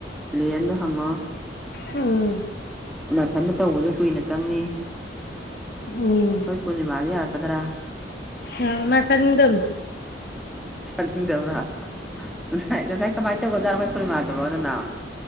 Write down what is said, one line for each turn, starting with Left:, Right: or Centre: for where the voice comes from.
Centre: ꯂꯦꯟꯗꯣ ꯍꯪꯉꯣ
Left: ꯎꯝ
Centre: ꯃꯊꯟꯗ ꯇꯧꯕꯁꯨ ꯀꯨꯏꯅ ꯆꯪꯅꯤ
Left: ꯎꯝ
Centre: ꯈꯣꯏ ꯄꯨꯔꯅꯤꯃꯥꯗ ꯌꯥꯔꯛꯀꯗ꯭ꯔꯥ
Left: ꯑꯥꯥ ꯃꯥꯆꯥꯅꯤꯡꯗꯝ
Centre: ꯆꯥꯅꯤꯡꯗꯕ꯭ꯔꯥ ꯉꯁꯥꯏ ꯉꯁꯥꯏ ꯀꯃꯥꯏ ꯇꯧꯒꯔ꯭ ꯖꯥꯠꯅꯣ ꯈꯣꯏ ꯄꯨꯔꯅꯤꯃꯥꯗꯨꯕꯣ ꯅꯅꯥꯎ